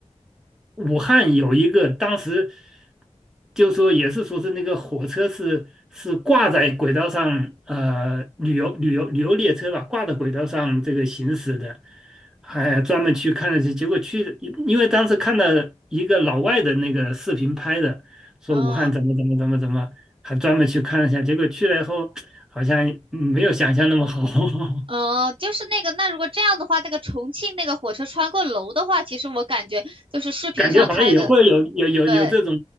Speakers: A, in the centre; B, on the right (about 45°).
A: 武汉有一个当时就说也是说是那个火车是是挂在轨道上，呃，旅游旅游旅游列车吧，挂在轨道上这个行驶的，还专门去看了去，结果去，因为当时看到一个老外的那个视频拍的，说武汉怎么怎么怎么怎么，
B: 哦，
A: 还专门去看了一下，结果去了以后好像没有想象那么好，
B: 嗯，
A: <laughs>
B: 就是那个，那如果这样的话，那个重庆那个火车穿过楼的话，其实我感觉就是视频上开的，
A: 感觉好像也会有有有有这种
B: 对